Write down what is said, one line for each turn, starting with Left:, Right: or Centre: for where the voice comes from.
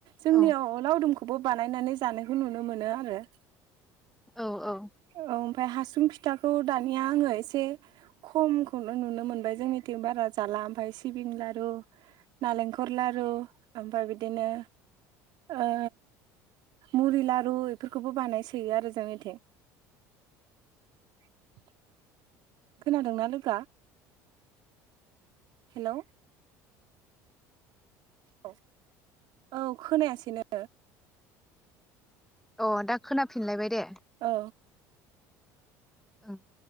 Right: जोंनियाव
Centre: औ
Right: लावदुम खौबो बानायनानै जानायखौ नुनो मोनो आरो
Centre: औ औ
Right: औ ओमफ्रायाय हासुं फिथाखौ दानिया आङो एसे खमखौनो नुनो मोनबाय जोंनिथिं बारा जाला ओमफ्राय सिबिं लारु नारेंखर लारु ओमफ्राय बिदिनो ओ मुरि लारु बेफोरखौबो बानायसोयो आरो जोंनिथिं <inaudible> खोनादोंना लोगोआ हेल' औ औ खोनायासैनो
Centre: अ दा खोनाफिनलायबाय दे
Right: औ
Centre: <unintelligible>